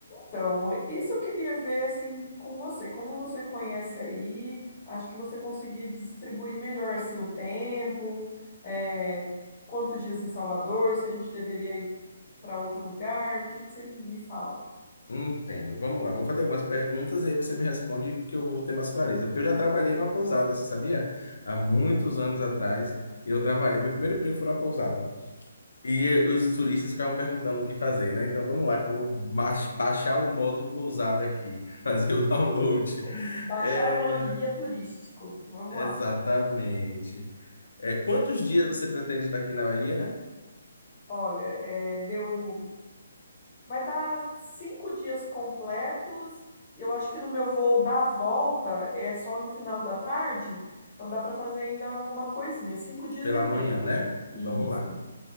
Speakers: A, on the left; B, on the left.
A: Então, isso eu queria ver assim com você. Como você conhece aí, acho que você conseguia distribuir melhor assim o tempo, é, quantos dias em Salvador, se a gente deveria ir para outro lugar, o que que você me fala?
B: Entendo. Vamos lá, vou fazer algumas perguntas e aí você me responde que eu vou ter mais clareza. Porque eu já trabalhei numa pousada, você sabia? Há muitos anos atrás, eu trabalhei, meu primeiro emprego foi numa pousada. E eh, os turistas ficavam perguntando o que fazer, né? Então vamos lá, que eu vou baix- baixar o modo pousada aqui, <laughs> fazer o download.
A: Vamos Baixar
B: É,
A: o modo guia turístico. Vamos
B: exatamente.
A: lá.
B: É, quantos dias você pretende estar aqui na Bahia?
A: Olha, é, deu. Vai dar cinco dias completos. E eu acho que no meu voo da volta é só no final da tarde. Então dá para fazer ainda alguma coisinha. Cinco dias
B: Pela
A: e meio.
B: manhã, né?
A: Isso,
B: Vamos lá.